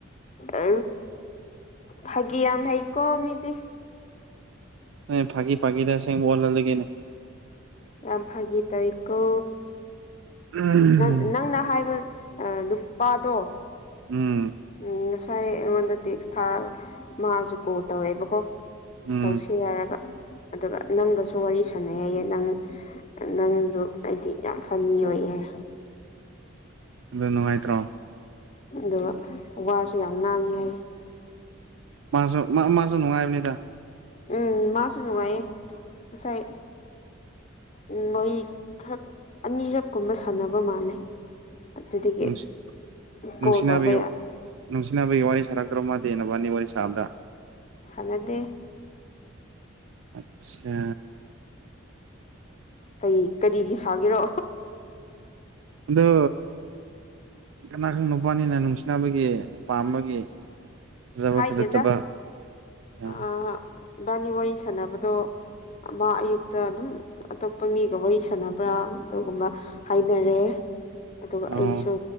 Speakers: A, on the left (about 35°); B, on the right (about 70°).
A: ꯑ ꯐꯒ ꯌꯥꯝ ꯍꯥꯏꯀꯣ ꯃꯤꯗꯤ
B: ꯑ ꯐꯥꯀꯤ ꯐꯥꯀꯤꯗ ꯁꯦꯡ ꯋꯥꯣ ꯂꯩꯒꯦꯅꯦ
A: ꯌꯥꯝ ꯐ ꯇ ꯏꯀꯣ
B: ꯎꯝ
A: ꯅ ꯅꯪꯅ ꯍꯥꯏꯕ ꯅꯨꯄꯥꯗꯣ
B: ꯎꯝ
A: ꯎꯝ ꯉꯁꯥꯏ ꯑꯩꯉꯣꯟꯗ ꯇꯦꯛ ꯊꯥ ꯃꯥꯥꯁꯨ ꯀꯣꯜ ꯇꯧꯔꯛꯑꯦꯕꯀꯣ
B: ꯎꯝ
A: ꯇꯧꯁꯤꯔꯔꯒ ꯑꯗꯨꯒ ꯅꯪꯒꯁꯨ ꯋꯥꯔꯤ ꯁꯥꯟꯅꯩ ꯍꯥꯏꯌꯦ ꯅꯪ ꯅꯪꯁꯨ ꯑꯩꯗꯤ ꯌꯥꯝ ꯐꯅꯤ ꯑꯣꯏ ꯍꯥꯏ
B: ꯑꯣ ꯅꯨꯡꯉꯥꯏꯇ꯭ꯔꯣ
A: ꯑꯗꯨꯒ ꯋꯥꯁꯨ ꯌꯥꯝ ꯉꯥꯡꯉꯤ ꯍꯥꯏ
B: ꯃꯥꯁꯨ ꯃꯥꯁꯨ ꯅꯨꯡꯉꯥꯏꯕꯅꯤꯗ
A: ꯎꯝ ꯃꯥꯁꯨꯅꯅꯨꯡꯉꯥꯏꯦ ꯉꯁꯥꯏ ꯎꯝ ꯃꯣꯏ ꯈꯔꯛ ꯑꯅꯤꯔꯛ ꯀꯨꯝꯕ ꯁꯥꯟꯅꯕ ꯃꯥꯜꯂꯦ ꯑꯗꯨꯗꯒꯤ
B: ꯅꯨꯡꯁꯤ ꯅꯨꯡꯁꯤꯅꯕꯒꯤ
A: ꯀꯣꯜ ꯇꯧꯕ ꯌꯥꯗ꯭ꯔꯦ
B: ꯅꯨꯡꯁꯤꯅꯕꯒꯤ ꯋꯥꯔꯤ ꯁꯥꯔꯛꯇ꯭ꯔꯣ ꯃꯥꯗꯦꯟꯅꯅꯕ ꯑꯅꯤ ꯋꯥꯔꯤ ꯁꯥꯕꯗ
A: ꯆꯂꯗꯦ
B: ꯑꯆꯥ
A: ꯀꯩ ꯀꯔꯤꯒꯤ ꯁꯥꯒꯦꯔꯣ
B: ꯑꯗ ꯀꯅꯥꯒꯪ ꯅꯨꯄꯥꯅꯤꯅ ꯅꯨꯡꯁꯤꯅꯕꯒꯤ ꯄꯥꯝꯕꯒꯤ ꯐꯖꯕ
A: ꯍꯥꯏꯗꯦꯗ
B: ꯐꯖꯠꯇꯕ
A: ꯑꯥ
B: ꯑ
A: ꯏꯕꯥꯅꯤ ꯋꯥꯔꯤ ꯁꯥꯟꯅꯕꯗꯣ ꯃꯥ ꯑꯌꯨꯛꯇ ꯑꯗꯨꯝ ꯑꯇꯣꯞꯄ ꯃꯤꯒ ꯋꯥꯔꯤ ꯁꯥꯟꯅꯕ꯭ꯔꯥ ꯑꯗꯨꯒꯨꯝꯕ ꯍꯥꯏꯅꯔꯦ ꯑꯗꯨꯒ
B: ꯑꯣ
A: ꯑꯩꯁꯨ